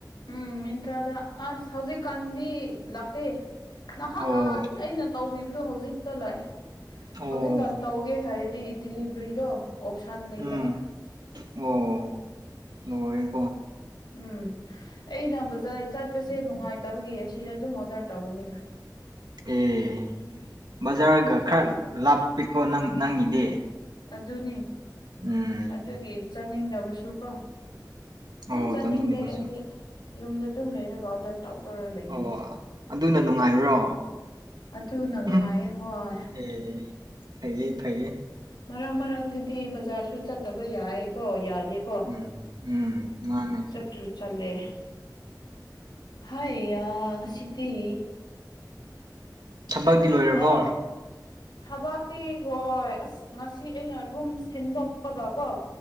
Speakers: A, on the left; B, on the right.
A: ꯎꯝ ꯃꯤꯟꯇ꯭ꯔꯗ ꯑꯁ ꯍꯧꯖꯤꯛꯀꯥꯟꯗꯤ ꯂꯥꯛꯇꯦ ꯅꯍꯥꯟ
B: ꯑꯣ
A: ꯑꯩꯅ ꯇꯧꯕꯤꯕꯗꯨ ꯍꯧꯖꯤꯛꯇ ꯂꯥꯛꯑꯦ
B: ꯑꯣ
A: ꯍꯧꯖꯤꯛꯀꯥꯟ ꯇꯧꯒꯦ ꯍꯥꯏꯔꯗꯤ ꯗꯤꯂꯤꯚꯔꯤꯗꯣ ꯑꯣꯞꯁꯟ ꯂꯩꯇꯕ
B: ꯎꯝ ꯑꯣ ꯂꯣꯏꯔꯦꯀꯣ
A: ꯎꯝ ꯑꯩꯅ ꯕꯖꯥꯔ ꯆꯠꯄꯁꯦ ꯅꯨꯡꯉꯥꯏꯇꯕꯒꯤ ꯑꯁꯤꯗ ꯑꯗꯨꯝ ꯑꯣꯔꯗꯔ ꯇꯧꯕꯅꯤꯗ
B: ꯑꯦ ꯕꯖꯥꯔꯒ ꯈꯔ ꯂꯥꯞꯄꯤꯀꯣ ꯅꯪ ꯅꯪꯒꯤꯗꯤ
A: ꯑꯗꯨꯅꯤ
B: ꯎꯝ
A: ꯑꯗꯨꯒꯤ ꯆꯠꯅꯤꯡꯗꯕꯁꯨ ꯀꯣ ꯑꯗꯨꯝ
B: ꯑꯣ
A: ꯆꯥꯅꯤꯡꯗꯦ
B: ꯆꯠꯅꯤꯡꯗꯕꯁꯨ
A: ꯑꯩꯗꯤ ꯌꯨꯝꯗ ꯑꯗꯨꯝ ꯂꯩꯔꯒ ꯑꯣꯗꯔ ꯇꯧ ꯇꯧꯔꯒ ꯂꯩꯅꯤꯡꯉꯤ
B: ꯑꯣ ꯑꯗꯨꯅ ꯅꯨꯡꯉꯥꯏꯕ꯭ꯔꯣ
A: ꯑꯗꯨꯅ ꯅꯨꯡꯉꯥꯏꯌꯦ
B: ꯎꯝ
A: ꯍꯣꯏ
B: ꯑꯦ ꯐꯩꯌꯦ ꯐꯩꯌꯦ
A: ꯃꯔꯛ ꯃꯔꯛꯇꯗꯤ ꯕꯖꯥꯔꯁꯨ ꯆꯠꯇꯕ ꯌꯥꯏꯀꯣ ꯌꯥꯗꯦ
B: ꯎꯝ ꯎꯝ ꯃꯥꯅꯦ
A: ꯆꯨ ꯆꯠꯂꯦ ꯍꯥꯏ ꯌꯥ ꯉꯁꯤꯗꯤ
B: ꯊꯕꯛꯇꯤ ꯂꯣꯏꯔꯕꯣ
A: ꯑꯣ ꯊꯕꯛꯇꯤ ꯍꯣꯏ ꯑꯁ ꯉꯁꯤ ꯑꯩꯅ ꯔꯨꯝ ꯁꯤꯟꯗꯣꯛꯄꯒ ꯀꯣ